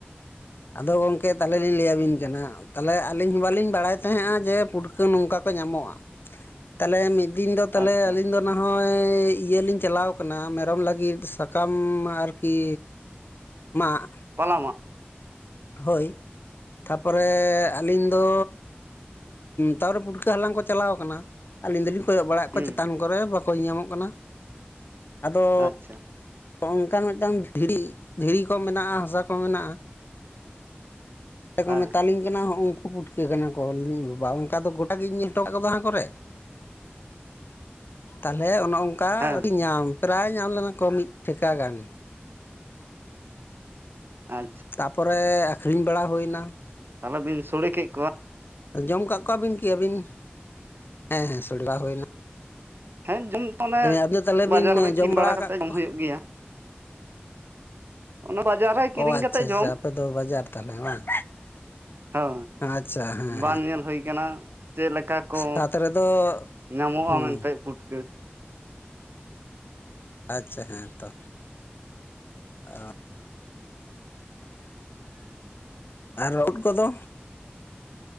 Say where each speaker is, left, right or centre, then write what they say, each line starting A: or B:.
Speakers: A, on the left; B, on the right.
A: ᱟᱫᱚ ᱜᱚᱝᱠᱮ ᱛᱟᱦᱚᱞᱮ ᱞᱤᱧ ᱞᱟᱹᱭ ᱟᱵᱤᱱ ᱠᱟᱱᱟ ᱦᱟᱜ ᱛᱟᱦᱚᱞᱮ ᱟᱹᱞᱤᱧ ᱵᱟᱹᱞᱤᱧ ᱵᱟᱲᱟᱭ ᱛᱟᱦᱮᱸᱫᱼᱟ ᱡᱮ ᱯᱩᱴᱠᱟᱹ ᱱᱚᱝᱠᱟ ᱠᱚ ᱧᱟᱢᱚᱜᱼᱟ
B: <inaudible>
A: ᱛᱟᱦᱚᱞᱮ ᱢᱤᱫ ᱫᱤᱱ ᱫᱚ
B: ᱟᱪᱪᱷᱟ
A: ᱛᱟᱦᱮ ᱟᱞᱤᱧ ᱫᱚ ᱚᱱᱟ ᱦᱚᱸᱭ ᱤᱭᱟᱹ ᱞᱤᱧ ᱪᱟᱞᱟᱣ ᱠᱟᱱᱟ ᱢᱮᱨᱚᱢ ᱞᱟᱹᱜᱤᱫ ᱥᱟᱠᱟᱢ ᱟᱨ ᱠᱤ ᱢᱟᱜ
B: ᱯᱟᱞᱟ ᱢᱟᱜ
A: ᱦᱳᱭ ᱛᱟᱯᱚᱨᱮ ᱟᱹᱞᱤᱧ ᱫᱚ ᱛᱟᱨᱚ ᱯᱩᱴᱠᱟᱹ ᱦᱟᱞᱟᱝ ᱠᱚ ᱪᱟᱞᱟᱣ ᱠᱟᱱᱟ᱾ ᱟᱹᱞᱤᱧ ᱫᱚᱞᱤᱧ ᱠᱚᱭᱚᱜ ᱵᱟᱲᱟᱭᱮᱫ
B: ᱦᱩᱸ
A: ᱠᱚᱣᱟ ᱪᱮᱛᱟᱱ ᱠᱚᱨᱮ ᱵᱟᱠᱚ ᱧᱮᱞ ᱧᱟᱢᱚᱜ ᱠᱟᱱᱟ ᱟᱫᱚ
B: ᱟᱪᱷᱟ
A: ᱚᱱᱠᱟᱱ ᱢᱤᱫᱴᱟᱝ ᱫᱷᱤᱲᱤ ᱫᱷᱤᱲᱤ ᱠᱚ ᱢᱮᱱᱟᱜᱼᱟ ᱦᱟᱥᱟ ᱠᱚ ᱢᱮᱱᱟᱜᱼᱟ ᱤᱠ
B: ᱦᱮᱸ
A: <inaudible> ᱢᱮᱛᱟ ᱞᱤᱧᱼᱼ ᱮᱱᱟᱝ ᱦᱚᱸ <inaudible> ᱩᱱᱠᱩ ᱯᱩᱴᱠᱟᱹ ᱠᱟᱱᱟ ᱠᱚ ᱤᱧ ᱵᱟᱵᱟ ᱚᱱᱠᱟ ᱫᱚ ᱜᱚᱴᱟᱜ ᱜᱤᱧ ᱧᱮᱞ ᱦᱚᱴᱚ ᱠᱟᱜ ᱠᱚᱫᱚ ᱦᱟᱱᱟ ᱠᱚᱨᱮ ᱛᱟᱞᱦᱮ ᱚᱱᱮ ᱚᱱᱠᱟ
B: ᱦᱮᱸ
A: ᱟᱰᱤ ᱧᱟᱢ ᱯᱨᱟᱭ ᱧᱟᱢ ᱞᱮᱱᱟ ᱠᱚ ᱢᱤᱫ ᱴᱷᱮᱠᱟ ᱜᱟᱱ
B: ᱟᱪᱷᱟ <inaudible>
A: ᱛᱟᱯᱚᱨᱮ ᱟᱹᱠᱷᱨᱤᱧ ᱵᱟᱲᱟ ᱦᱩᱭᱮᱱᱟ
B: ᱛᱟᱦᱞᱮ ᱵᱤᱱ ᱥᱳᱲᱮ ᱠᱮᱫ ᱠᱚᱣᱟ?
A: ᱡᱚᱢ ᱠᱟᱜ ᱠᱚᱣᱟᱵᱤᱱ ᱠᱤ ᱟᱹᱵᱤᱱ ᱦᱮᱸ ᱦᱮᱸ ᱥᱚᱲᱮ ᱵᱟᱲᱟ ᱦᱩᱭᱱᱟ᱾
B: ᱦᱮᱸ ᱡᱚᱢ ᱛᱚ ᱚᱱᱮ
A: ᱟᱵᱤᱱ ᱫᱚ ᱛᱟᱦᱚᱞᱮ
B: ᱵᱟᱡᱟᱨ
A: ᱵᱤᱱ
B: ᱨᱮ ᱠᱤᱨᱤᱧ
A: ᱡᱚᱢ
B: ᱵᱟᱲᱟ ᱠᱟᱛᱮᱫ
A: ᱟᱠᱟᱫ
B: ᱡᱚᱢ
A: ᱠᱚᱣᱟ
B: ᱦᱩᱭᱩᱜ ᱜᱮᱭᱟ᱾ ᱚᱱᱟ ᱵᱟᱡᱟᱨ ᱨᱮ ᱠᱤᱨᱤᱧ
A: ᱚ ᱟᱪᱪᱷᱟ
B: ᱠᱟᱛᱮ ᱡᱚᱢ
A: ᱟᱪᱪᱷᱟ ᱟᱯᱮ ᱫᱚ ᱵᱟᱡᱟᱨ ᱛᱟᱦᱚᱞᱮ ᱵᱟᱝ
B: ᱦᱚᱸ,
A: ᱟᱪᱪᱷᱟ ᱦᱮᱸ
B: ᱵᱟᱝ ᱧᱮᱞ ᱦᱩᱭ ᱠᱟᱱᱟ ᱪᱮᱫ ᱞᱮᱠᱟ ᱠᱚ
A: ᱥᱟᱛ ᱨᱮᱫᱚ
B: ᱧᱟᱢᱚᱜᱼᱟ
A: ᱦᱩᱸ
B: ᱢᱮᱱᱛᱮ ᱯᱷᱩᱴᱠᱟᱹ
A: ᱟᱪᱪᱷᱟ ᱦᱮᱸ ᱛᱚ, ᱚ᱾
B: ᱦᱩᱸ <unintelligible>
A: ᱟᱨ ᱩᱫ ᱠᱚᱫᱚ?